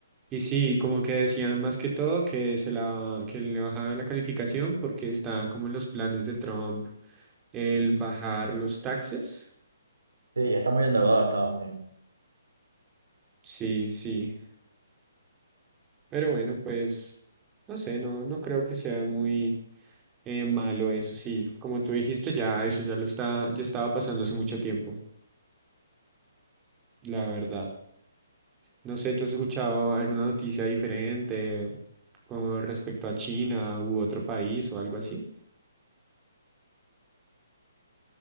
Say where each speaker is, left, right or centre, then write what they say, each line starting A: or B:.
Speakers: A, on the right; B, on the right.
A: Y sí, como que decían más que todo que se la que le bajaban la calificación porque está como en los planes de Trump el bajar los taxes.
B: Sí, está muy endeudado Estados Unidos.
A: Sí, sí. Pero bueno, pues no sé, no no creo que sea muy Eh, malo eso, sí. Como tú dijiste, ya eso ya lo está, ya estaba pasando hace mucho tiempo, la verdad. No sé, ¿tú has escuchado alguna noticia diferente con respecto a China u otro país o algo así?